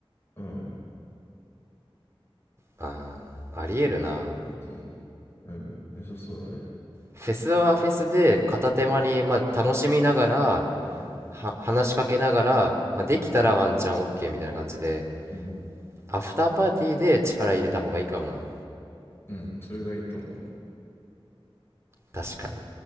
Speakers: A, on the left; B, on the right.
A: う。うん。
B: ああ、
A: アフタ
B: ありえるな。
A: ーパーティー、うん、良さそうだね。
B: フェスはフェスで片手間に、まあ、楽しみながら、
A: うん、
B: は、話しかけながら、まあ、
A: うん、
B: できたらワンチャン OK みたいな感じで。
A: うん、
B: アフターパーティーで力入れた方がいいかもな。
A: うん、それがいいと思う。
B: 確かに。